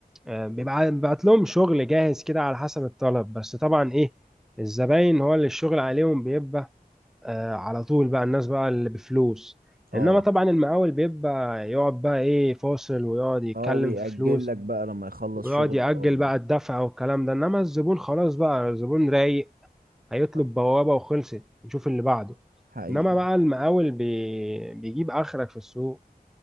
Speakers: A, in the centre; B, on the right.
A: آه، بيبعت بيبعت لهم شغل جاهز كده على حسب الطلب بس طبعا ايه الزباين هو اللي الشغل عليهم بيبقى آه، على طول بقى الناس بقى اللي بفلوس
B: اه
A: انما طبعا المقاول بيبقى يقعد بقى ايه فاصل ويقعد يتكلم
B: اه ويأجل
A: في فلوس
B: لك بقى لما يخلص
A: ويقعد
B: شغل
A: يأجل
B: اه
A: بقى الدفع والكلام ده انما الزبون خلاص بقى الزبون رايق هيطلب
B: آه،
A: بوابة وخلصت نشوف اللي بعده
B: حقيقي
A: انما بقى المقاول بي... بيجيب اخرك في السوق